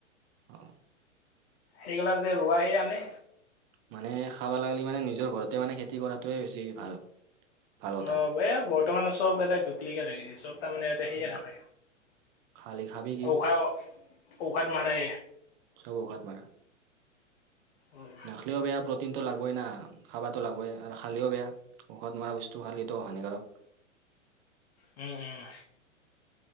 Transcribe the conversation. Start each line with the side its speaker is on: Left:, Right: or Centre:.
Right: হয়।
Left: সেইগিলা ৰোৱাহে আনে।
Right: মানে খাব লাগিলে মানে নিজৰ ঘৰতে মানে খেতি কৰাটোৱে বেছি ভাল। ভাল কথা
Left: অ', ব বৰ্তমান চব এটা ডুপ্লিকেট হৈিছে চব তাৰমানে থাক
Right: উম, খালি খাবি কি
Left: অ ঔষধ মাৰে।
Right: চব ঔখাত মাৰা
Left: উম,
Right: নখলে বেয়া। প্ৰ'টিনটো লাগবই না খাবাটো লাগবই আৰু খালেও বেয়া ঔষধ মৰা বস্তু খালে টো হানিকাৰক।
Left: উম, উম।